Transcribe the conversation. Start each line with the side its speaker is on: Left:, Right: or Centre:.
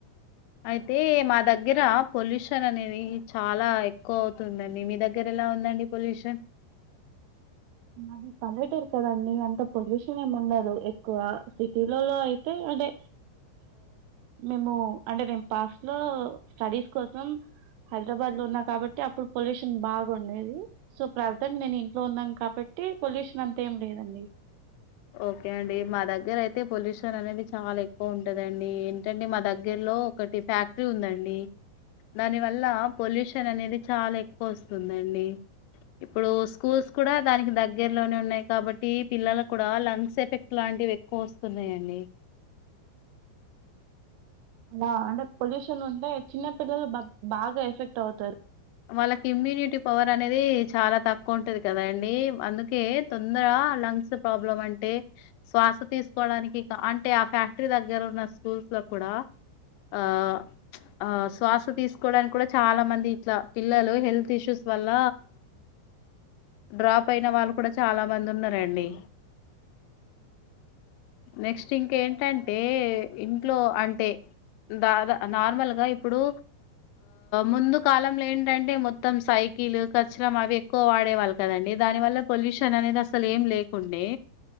Left: అయితే మా దగ్గర పొల్యూషన్ అనేది చాలా ఎక్కువ అవుతుందండి మీ దగ్గర ఎలా ఉందండి పొల్యూషన్
Right: మాది పల్లెటూరు కదండి అంత పొల్యూషన్ ఏమి ఉండదు ఎక్కువ సిటీ లోలో అయితే అంటే మేము అంటే నేను పాస్ట్ లో స్టడీస్ కోసం హైదరాబాద్ లో ఉన్నా కాబట్టి అప్పుడు పొల్యూషన్ బాగుండేది సో ప్రజెంట్ నేను ఇంట్లో ఉన్నాను కా బట్టి పొల్యూషన్ అంతా ఏం లేదండి
Left: ఓకే అండి మా దగ్గర అయితే పొల్యూషన్ అనేది చాలా ఎక్కువ ఉంటదండి ఏంటంటే మా దగ్గరలో ఒకటి ఫ్యాక్టరీ ఉందండి దానివల్ల పొల్యూషన్ అనేది చాలా ఎక్కువ వస్తుందండి ఇప్పుడు స్కూల్స్ కూడా దానికి దగ్గరలోనే ఉన్నాయి కాబట్టి పిల్లల కూడా లంగ్స్ ఎఫెక్ట్ లాంటివి ఎక్కువ వస్తున్నాయండి
Right: బా అంటే పొల్యూషన్ అంటే చిన్న పిల్లలు బగ్ బాగా ఎఫెక్ట్ అవు
Left: వాళ్ళకి ఇమ్యూనిటీ పవర్ అనేది చాలా తక్కువ ఉంటది కదా అన్ టే అందుకే తొందర లంగ్స్ ప్రాబ్లం అంటే శ్వాస తీసుకోవడానికి అంటే ఆ ఫ్యాక్టరీ దగ్గర ఉన్న స్కూల్స్ లో కూడా ఆ ఆ శ్వాస తీసు కోవడానికి కూడా చాలా మంది ఇట్లా పిల్లలు హెల్త్ ఇష్యూస్ వల్ల డ్రాప్ అయిన వాళ్ళు కూడా చాలా మంది ఉన్నారండి నెక్స్ట్ ఇంకేంటంటే ఇంట్లో అంటే దాదా నార్మల్గా ఇప్పుడు ముందు కాలం లేన్ ఏంటంటే మొత్తం సైకిల్ కచరం అవి ఎక్కువ వాడేవాళ్ళు కదండి దాని వల్ల పొల్యూషన్ అనేది అసలు ఏం లేకుండే